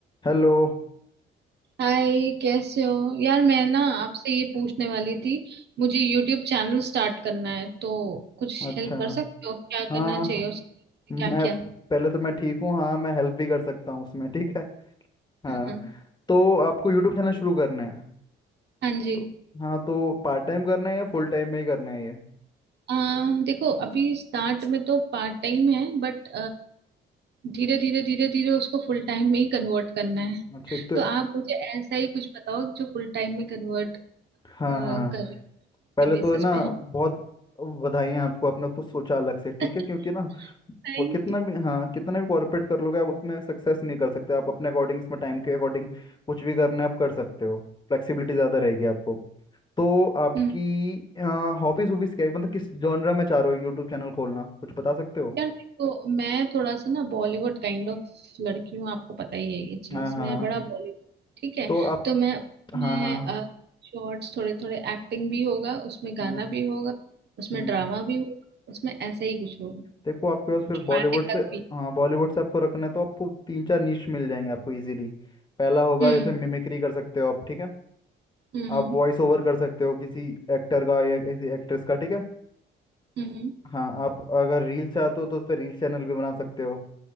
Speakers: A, on the left (about 25°); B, on the right (about 60°).
A: Hello
B: हाय कैसे हो यार मैं ना आपसे ये पूछने वाली थी मुझे यूट्यूब चैनल स्टार्ट करना है तो कुछ
A: अच्छा
B: हेल्प कर सकते हो क्या करना
A: हाँ
B: चाहिए उसके
A: मैं
B: क्या क्या
A: पहले तो मैं ठीक हूँ हाँ मैं हेल्प भी कर सकता हूँ उसमें ठीक है हाँ
B: हाँ
A: तो आपको यूट्यूब चैनल शुरू करना है
B: हाँ जी
A: तो हाँ तो पार्ट टाइम करना है या फुल टाइम में ही करना है ये
B: आ, देखो अभी स्टार्ट में तो पार्ट टाइम है बट धीरे धीरे धीरे धीरे उसको फुल टाइम में ही कन्वर्ट करना है
A: अच्छा एक तो
B: तो आप मुझे ऐसा ही कुछ बताओ जो फुल टाइम में कन्वर्ट
A: हाँ
B: कर
A: हाँ
B: के
A: पहले
B: बेसिस
A: तो है ना
B: पे है
A: बहुत बधाइयाँ आपको आपने कुछ सोचा अलग से ठीक
B: <laughs>
A: है क्योंकि ना
B: Thank
A: वो कितना भी हाँ कितना भी कॉर्पोरेट कर लोगे आप उसमें सक्सेस नहीं कर सकते आप अपने अकॉर्डिंग इसमें टाइम के अकॉर्डिंग कुछ भी करना है आप कर सकते हो फ्लेक्सिबिलिटी ज़्यादा रहेगी आपको तो आपकी
B: you
A: हॉबीज हॉबीज क्या है मतलब किस जॉनरा में चाह रहे हो यूट्यूब चैनल खोलना कुछ बता सकते हो
B: यार देखो मैं थोड़ा सा ना बॉलीवुड काइंड ऑफ लड़की हूँ आपको पता ही है ये चीज
A: हाँ हाँ
B: मैं बड़ा बॉलीवुड ठीक है
A: तो आप
B: तो मैं
A: हाँ
B: मैं
A: हाँ
B: शॉर्ट्स थोड़े थोड़े एक्टिंग भी होगा उसमें गाना
A: हम्म
B: भी होगा उसमें
A: हम्म
B: ड्रामा भी होगा उसमें ऐसा ही कुछ होगा
A: देखो आपके पास फिर
B: ड्रामेटिक
A: बॉलीवुड से
B: तक भी
A: हाँ बॉलीवुड से आपको रखना है तो आपको तीन चार नीश मिल जाएंगे आपको इजीली पहला होगा
B: हम्म
A: जैसे मिमिक्री कर सकते हो आप ठीक है
B: हम्म
A: आप
B: हम्म
A: वॉइस ओवर कर सकते हो किसी एक्टर का या किसी एक्ट्रेस का ठीक है
B: हम्म, हम्म,
A: हाँ आप अगर रील्स चाहते हो तो उस पर रील्स चैनल भी बना सकते हो